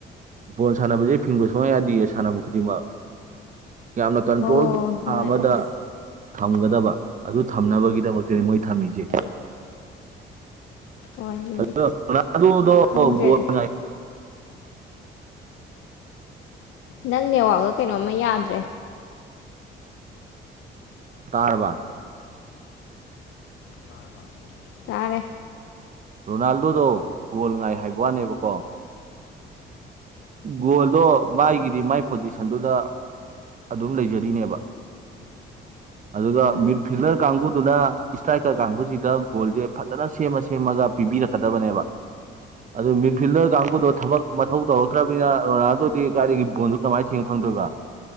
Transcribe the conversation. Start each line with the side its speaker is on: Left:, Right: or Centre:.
Right: ꯕꯣꯜ ꯁꯥꯟꯅꯕꯁꯦ ꯐꯤꯡꯕ ꯁꯨꯡꯉ ꯌꯥꯗꯦ ꯁꯥꯟꯅꯕ ꯈꯨꯗꯤꯡꯃꯛ ꯌꯥꯝꯅ ꯀꯟꯇ꯭ꯔꯣꯜ
Left: ꯍꯣꯏ ꯍꯣꯏ
Right: ꯥ ꯑꯃꯗ
Left: ꯑꯁ
Right: ꯊꯝꯒꯗꯕ ꯑꯗꯨ ꯊꯝꯅꯕꯒꯤꯗꯃꯛꯇꯗꯤ ꯃꯣꯏ ꯊꯝꯃꯤꯁꯦ
Left: ꯋꯥꯔꯤꯁꯦ
Right: ꯍꯜꯅꯥ ꯑꯗꯨꯗꯣꯣ
Left: ꯈꯪꯗ꯭ꯔꯦꯗ
Right: ꯉ
Left: ꯅꯪ ꯅꯦꯋꯥꯥꯛꯒ ꯀꯩꯅꯣꯝꯃ ꯌꯥꯗ꯭ꯔꯦ
Right: ꯇꯥꯔꯕꯥ
Left: ꯇꯥꯔꯕ ꯇꯥꯔꯦ
Right: ꯔꯣꯅꯥꯜꯗꯣꯗꯣ ꯒꯣꯜ ꯉꯥꯏ ꯍꯥꯏꯕ ꯋꯥꯅꯦꯕꯀꯣ ꯒꯣꯜꯗꯣ ꯃꯥꯒꯤꯗꯤ ꯃꯥꯏ ꯄꯣꯖꯤꯁꯟꯗꯨꯗ ꯑꯗꯨꯝ ꯂꯩꯖꯔꯤꯅꯦꯕ
Left: <unintelligible>
Right: ꯑꯗꯨꯒ
Left: ꯎꯝ
Right: ꯃꯤꯗ ꯐꯤꯜꯗꯔ ꯀꯥꯡꯕꯨꯗꯨꯅ ꯏꯁꯇ꯭ꯔꯥꯏꯀꯔ ꯀꯥꯡꯕꯨꯁꯤꯒ ꯒꯣꯜꯖꯦ ꯐꯖꯅ ꯁꯦꯝꯃ ꯁꯦꯝꯃꯒ ꯄꯤꯕꯤꯔꯛꯀꯗꯕꯅꯦꯕ ꯑꯗꯨ ꯃꯤꯗꯐꯤꯜꯗꯔ ꯀꯥꯡꯕꯨꯗꯣ ꯊꯕꯛ ꯃꯊꯧ ꯇꯧꯔ ꯇ꯭ꯔꯕꯅꯤꯅ ꯔꯣꯅꯥꯜꯗꯣꯗꯤ ꯀꯔꯥꯏꯗꯒꯤ ꯕꯣꯟꯗꯨ ꯀꯃꯥꯏ ꯊꯦꯡ ꯐꯪꯗꯣꯏꯕ